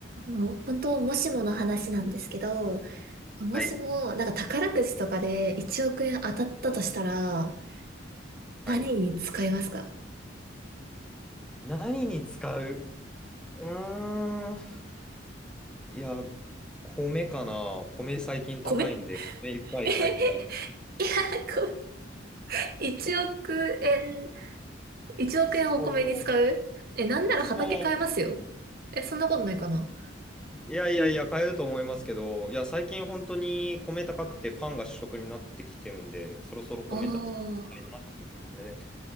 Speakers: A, on the right; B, in the centre.
A: もう本当、もしもの話なんですけど、もしも、
B: はい。
A: なんか宝くじとかで1億円当たったとしたら、
B: はい。
A: 何に使いますか
B: 何に使ううーん。いや、米かな。米最近高いんで、
A: 米
B: 米いっぱい買いたい。
A: <laughs> えいや、こう、1億円、1億円をお米に使うえ、
B: そう。
A: なんなら畑買えますよ。
B: そう。
A: え、そんなことないかな
B: いやいやいや、買えると思いますけど、いや、最近本当に米高くてパンが主食になってきてるんで、そろそろ米た、
A: ああ
B: いなと思って米で。